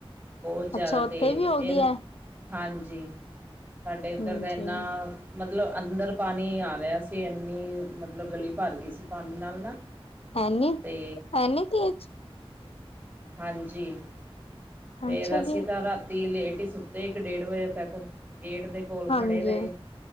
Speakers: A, on the right; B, on the left.
A: ਬਹੁ ਜ਼ਿਆਦਾ
B: ਅੱਛਾ ਉੱਥੇ
A: ਤੇਜ਼
B: ਵੀ
A: ਇਹ,
B: ਹੋ ਗਈ ਹੈ
A: ਹਾਂਜੀ ਸਾਡੇ ਇੱਧਰ
B: ਹਾਂਜੀ
A: ਦਾ ਇੰਨਾ ਮਤਲਬ ਅੰਦਰ ਪਾਣੀ ਆ ਰਿਹਾ ਸੀ, ਇੰਨੀ ਮਤਲਬ ਗਲੀ ਭਰ ਗਈ ਸੀ ਪਾਣੀ ਨਾਲ ਨਾ।
B: ਐਨੀ
A: ਤੇ
B: -ਐਨੀ ਤੇਜ਼
A: ਹਾਂਜੀ ਫਿਰ
B: ਅੱਛਾ
A: ਅਸੀਂ
B: ਜੀ
A: ਤਾਂ ਰਾਤੀ ਲੇਟ ਹੀ ਸੁੱਤੇ ਇੱਕ ਡੇਢ ਵਜੇ ਤੱਕ। ਗੇਟ ਦੇ ਕੋਲ
B: ਹਾਂਜੀ
A: ਖੜੇ ਰਹੇ,